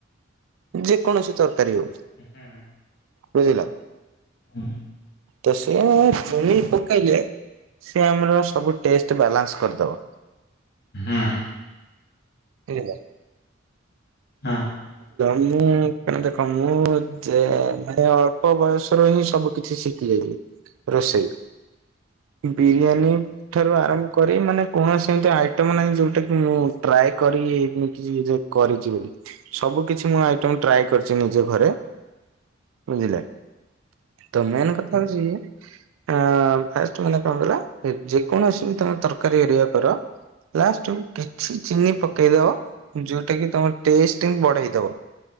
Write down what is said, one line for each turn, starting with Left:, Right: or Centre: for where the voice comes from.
Right: ଯେକୌଣସି ତରକାରୀ ହଉ।
Left: ହୁଁ ହୁଁ।
Right: ବୁଝିଲ
Left: ହୁଁ
Right: ତସେ ଚିନି ପକେଇଲେ ସେଆମର ସବୁ ଟେଷ୍ଟ ବାଲାନ୍ସ କରିଦବ।
Left: ହୁଁ ହୁଁ ହୁଁ
Right: ବୁଝିଲ।
Left: ହୁଁ।
Right: ମୁଁ ତମେ ଦେଖ ମୁ ଯେ ମାନେ ଅଳ୍ପ ବୟସରହିଁ ସବୁ କିଛି ଶିଖି ଯାଇଥିଲି ରୋଷେଇ। ବିରିୟାନୀ ଠାରୁ ଆରମ୍ଭ କରି ମାନେ କୌଣସି ଏମିତି ଆଇ ଟମ୍ ନାଇଁ ଯୋଉଟାକି ମୁଁ ଟ୍ରାଏ କରି କିଛି କରିଚି ବୋଲି। ସବୁ କିଛି ମୁଁ ଆଇଟମ ଟ୍ରାଏ କରିଚି ନିଜେ ଘରେ। ବୁଝିଲେ ତମେନ୍ କଥା ହଉଚି ଆଁ - ଆଁ ଫାଷ୍ଟ ମାନେ କଣକଇଁଲ ଯେକୌଣସିବି ତମେ ତରକାରୀ <unintelligible> କର ଲାଷ୍ଟକୁ କିଛି ଚିନି ପକେଇ ଦବ ଯୋଉଟାକି ତମ ଟେଷ୍ଟେକୁ ବଢ଼େଇ ଦେବ